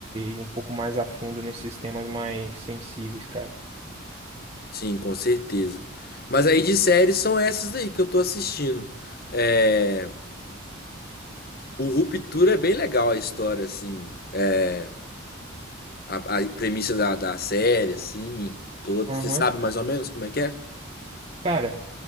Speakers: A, on the right; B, on the left.
A: ir um pouco mais a fundo nesses temas mais sensíveis, cara.
B: Sim, com certeza. Mas aí de séries são essas aí que eu tô assistindo. É... O Ruptura é bem legal a história, assim. É... A, a premissa da, da série, assim, toda.
A: Aham.
B: Você sabe mais ou menos como é que é?
A: Cara,